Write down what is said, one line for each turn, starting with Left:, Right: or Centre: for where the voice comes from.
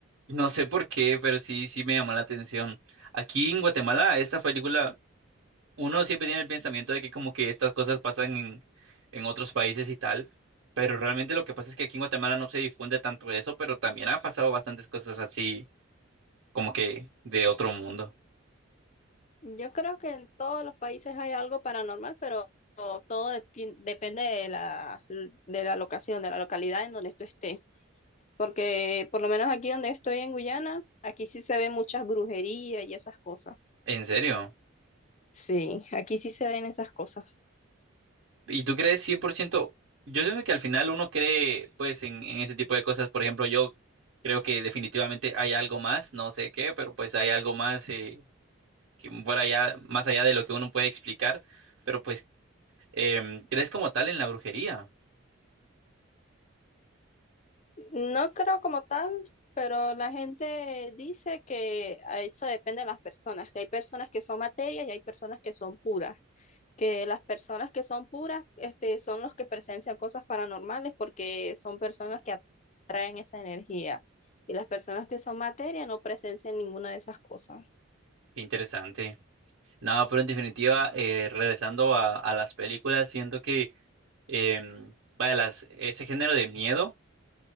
Right: no sé por qué, pero sí, sí me llamó la atención. Aquí en Guatemala, esta película, uno siempre tiene el pensamiento de que como que estas cosas pasan en, en otros países y tal, pero realmente lo que pasa es que aquí en Guatemala no se difunde tanto eso, pero también ha pasado bastantes cosas así como que de otro mundo.
Left: Yo creo que en todos los países hay algo paranormal, pero todo, todo depi- depende de la, de la locación, de la localidad en donde tú estés. Porque por lo menos aquí donde estoy en Guyana, aquí sí se ven muchas brujerías y esas cosas.
Right: ¿En serio?
Left: Sí, aquí sí se ven esas cosas.
Right: ¿Y tú crees cien por ciento. Yo siento que al final uno cree pues en, en ese tipo de cosas. Por ejemplo, yo creo que definitivamente hay algo más, no sé qué, pero pues hay algo más eh, que fuera allá, más allá de lo que uno puede explicar. Pero pues, em, ¿crees como tal en la brujería?
Left: No creo como tal, pero la gente dice que a eso depende de las personas, que hay personas que son materias y hay personas que son puras, que las personas que son puras, este, son los que presencian cosas paranormales porque son personas que atraen esa energía y las personas que son materia no presencian ninguna de esas cosas.
Right: Qué interesante. No, pero en definitiva, eh, regresando a, a las películas, siento que em, vaya, las, ese género de miedo.